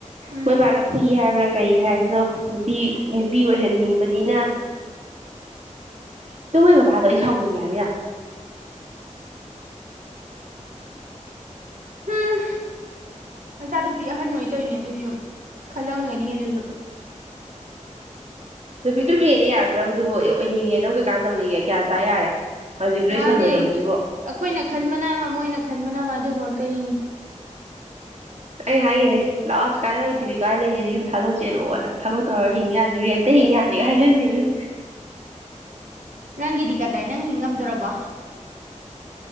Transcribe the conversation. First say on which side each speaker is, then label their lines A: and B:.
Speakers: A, on the right; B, on the right.
A: ꯎꯝ
B: ꯃꯣꯏꯕꯥꯟꯞ ꯐꯨꯏ ꯍꯥꯏꯦꯕ ꯀꯩ ꯍꯥꯏꯕꯅꯣ ꯅꯨꯄꯤ ꯅꯨꯄꯤ ꯑꯣꯏꯍꯟꯅꯤꯡꯕꯅꯤꯅ ꯇꯣꯏ ꯕꯕꯥꯗꯣ ꯑꯩ ꯁꯥꯎꯅꯤꯡꯉꯦ ꯍꯥꯏꯕ ꯌꯥ
A: ꯎꯝ ꯃꯆꯥꯅꯨꯄꯤ ꯑꯍꯟ ꯑꯣꯏ ꯇꯣꯏꯅꯦ ꯑꯗꯨꯒꯤ ꯑꯃꯨ ꯈꯜꯂꯝꯒꯅꯤ ꯑꯗꯨꯁꯨ
B: ꯅꯨꯄꯤꯗꯨ ꯅꯨꯄꯤꯅ ꯌꯥꯔꯛꯇ꯭ꯔꯕꯗꯨꯕꯨ ꯑꯣꯏꯅꯤꯡꯉꯦ ꯅ ꯀꯩꯀꯥꯟꯅ ꯇꯧꯔꯤꯒꯦ ꯒ꯭ꯌꯥꯟ ꯇꯥ ꯌꯥꯔꯦ ꯍꯧꯖꯤꯛ ꯒ꯭ꯔꯦꯖꯨꯑꯦꯁꯟ
A: ꯃꯥꯅꯦ
B: ꯂꯣꯏꯔꯕꯁꯤꯕꯣ
A: ꯑꯩꯈꯣꯏꯅ ꯈꯟꯕꯅ ꯑꯃ ꯃꯣꯏꯅ ꯈꯟꯕꯅ ꯑꯃꯥ ꯑꯗꯨꯒ <unintelligible>
B: ꯑꯩ ꯍꯥꯏꯒꯅꯦ ꯂꯥꯛꯑꯣ ꯀꯥꯏꯅꯔꯣꯏꯗꯕꯤ ꯀꯥꯏ ꯂꯩꯒꯦꯗꯤꯨꯝ ꯊꯥꯗꯣꯛ ꯆꯦꯜꯂꯣꯑꯣꯅ ꯊꯕꯛ ꯇꯧꯔ ꯍꯤꯡ ꯌꯥ ꯦꯟꯇ ꯍꯤꯡ ꯌꯥꯅꯤꯒ ꯍꯥꯏꯖꯟꯈꯤꯕꯅꯦ
A: ꯅꯪꯒꯤꯗꯤ ꯀꯗꯥꯏ ꯅꯪ ꯍ ꯉꯝꯗꯔꯕ